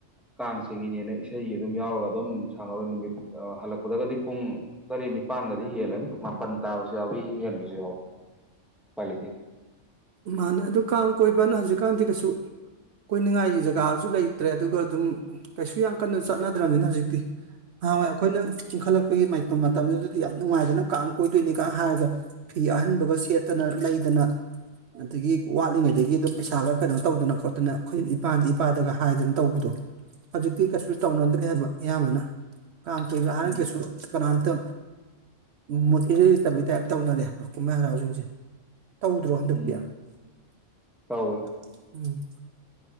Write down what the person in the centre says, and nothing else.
ꯀꯥꯡ ꯆꯤꯡꯉꯤꯅꯦꯅ ꯏꯁꯩꯒ ꯑꯗꯨꯝ ꯌꯥꯎꯔꯒ ꯑꯗꯨꯝ ꯁꯪꯉꯔꯣꯏ ꯅꯨꯃꯤꯠ ꯍꯜꯂꯛꯄꯗꯒꯗꯤ ꯄꯨꯡ ꯇꯔꯦꯠ ꯅꯤꯄꯥꯟꯒꯗꯤ ꯍꯦꯜꯂꯅꯤ ꯃꯥꯄꯟ ꯇꯥꯕꯁꯨ ꯌꯥꯎꯏ ꯍꯦꯟꯕꯁꯨ ꯌꯥꯎꯏ ꯎꯄꯥꯏ ꯂꯩꯇꯦ
ꯎꯝ
ꯎꯝ
ꯇꯧꯋꯦ